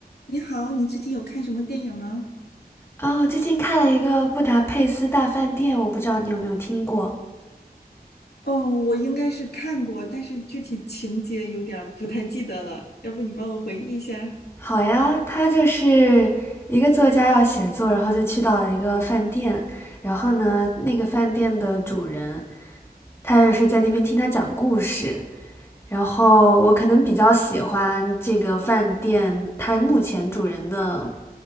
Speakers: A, on the left (about 80°); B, on the left (about 15°).
A: 你好，你最近有看什么电影吗？
B: 哦，最近看了一个《布达佩斯大饭店》，我不知道你有没有听过。
A: 哦，我应该是看过，但是具体情节有点儿不太记得了，要不你帮我回忆一下？
B: 好呀，他就是一个作家要写作，然后就去到了一个饭店，然后呢，那个饭店的主人他就是在那边听他讲故事。然后我可能比较喜欢这个饭店，它目前主人的